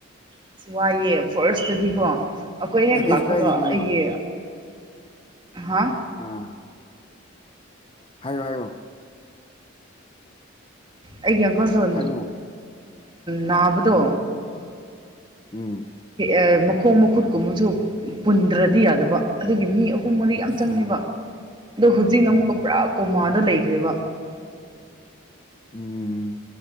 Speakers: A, on the right; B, on the left.
A: ꯑꯁ ꯋꯥꯏꯑꯦ ꯐꯥꯔꯁꯇꯗꯤꯀꯣ ꯑꯩꯈꯣꯏ ꯍꯦꯛ
B: ꯑꯦ ꯀꯩꯁꯨ
A: ꯂꯥꯛꯄꯒ
B: ꯀꯥꯏꯗꯦ ꯀꯩꯅꯣ
A: ꯑꯩꯒꯤ ꯍꯥ
B: ꯑꯥ ꯍꯥꯏꯌꯣ ꯍꯥꯏꯌꯣ
A: ꯑꯩꯒꯤ ꯑꯪꯀꯜꯗꯣ ꯎꯝ
B: ꯍꯥꯏꯌꯣ
A: ꯅꯥꯕꯗꯣ
B: ꯎꯝ ꯎꯝ
A: ꯑ ꯥꯃꯈꯣꯡ ꯃꯈꯨꯠꯀꯨꯝꯕꯁꯨ ꯄꯨꯟꯗ꯭ꯔꯗꯤ ꯌꯥꯗꯕ ꯑꯗꯨꯒꯤ ꯃꯤ ꯑꯍꯨꯝ ꯄꯨꯡ ꯃꯔꯤ ꯌꯥꯝ ꯆꯪꯉꯦꯕ
B: ꯑꯣ
A: ꯑꯗꯣ ꯍꯧꯖꯤꯛꯅ ꯑꯃꯨꯛꯀ ꯄꯨꯔꯥ ꯀꯣꯃꯥꯗ ꯂꯩꯈ꯭ꯔꯦꯕ
B: ꯎꯝ